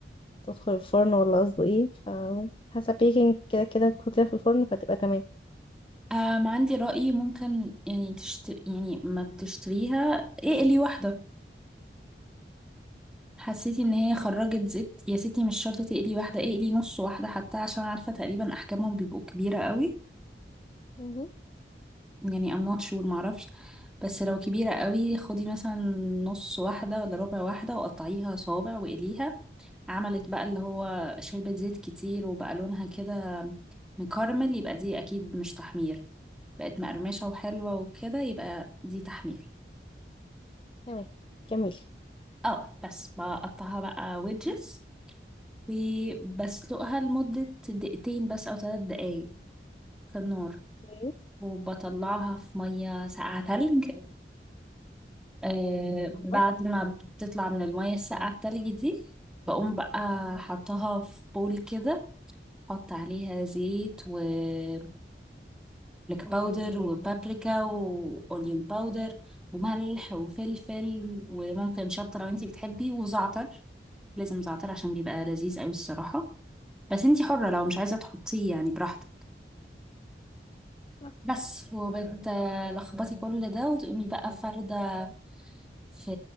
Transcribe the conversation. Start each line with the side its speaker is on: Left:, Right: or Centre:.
Left: تدخل الفرن ولا قصده ايه فحسب بيكنج كده كده تحطيها في الفرن فتبقى تمام
Centre: آم عندي رأيي ممكن يعني تشت... يعني ما بتشتريها اقلي واحدة حسيتي ان هي خرجت زيت يا ستي مش شرط تقلي واحدة اقلي نص واحدة حتى عشان عارفة تقريبا احجامهم بيبقوا كبيرة قوي
Left: مهم.
Centre: يعني I'm not sure معرفش بس لو كبيرة قوي خدي مثلا نص واحدة ولا ربع واحدة وقطعيها صوابع وقليها عملت بقى اللي هو شربت زيت كتير وبقى لونها كده مكرمل يبقى دي أكيد مش تحمير بقت مقرمشة وحلوة وكده يبقى دي تحمير
Left: تمام كملي
Centre: اه بس بقطعها بقى ويدجز وبسلقها لمدة دقيقتين بس أو ثلاث دقايق في النار
Left: اوكي
Centre: وبطلعها في مية ساقعة تلج آه بعد
Left: اتفضل
Centre: ما بتطلع من المية الساقعة التلج دي بقوم بقى حطها في بول كده حط عليها زيت وجارليك باودر وبابريكا وأونيون باودر وملح وفلفل وممكن شطة لو انتي بتحبي وزعتر لازم زعتر عشان بيبقى لذيذ قوي الصراحة بس انتي حرة لو مش عايزة تحطيه يعني براحتك
Left: بالظبط.
Centre: بس وبتلخبطي كل ده وتقومي بقى فاردة في